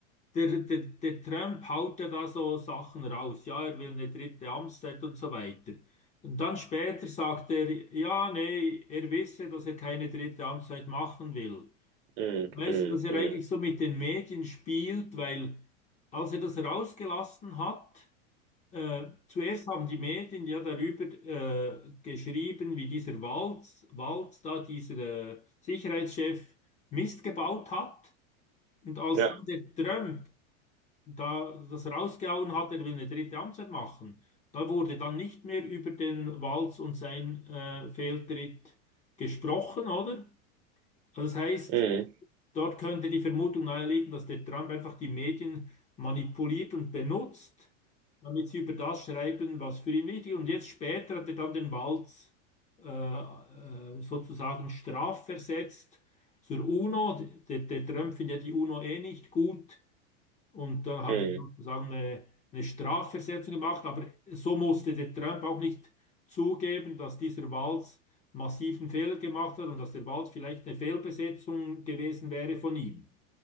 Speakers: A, on the left (about 20°); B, on the right (about 65°).
A: der, der, der Trump haut ja da so Sachen raus. Ja, er will eine dritte Amtszeit und so weiter. Und dann später sagt er, ja, nee, er wisse, dass er keine dritte Amtszeit machen will.
B: Mm,
A: Weißt
B: mm,
A: du, dass er
B: mm.
A: eigentlich so mit den Medien spielt, weil als er das rausgelassen hat, äh, zuerst haben die Medien ja darüber äh, geschrieben, wie dieser Walz, Walz da, dieser äh, Sicherheitschef, Mist gebaut hat. Und als
B: Ja.
A: dann der Trump da das rausgehauen hat, er will eine dritte Amtszeit machen, da wurde dann nicht mehr über den Walz und sein äh, Fehltritt gesprochen, oder? Also das heißt,
B: Mm,
A: Dort könnte die Vermutung naheliegen, dass der Trump einfach die Medien manipuliert und benutzt, damit sie über das schreiben, was für ihn wichtig ist. Und jetzt später hat er dann den Walz äh, äh, sozusagen strafversetzt zur UNO. Der, der Trump findet ja die UNO eh nicht gut. Und dann hat
B: mm.
A: er sozusagen eine, eine Strafversetzung gemacht. Aber so musste der Trump auch nicht zugeben, dass dieser Walz massiven Fehler gemacht hat und dass der Walz vielleicht eine Fehlbesetzung gewesen wäre von ihm.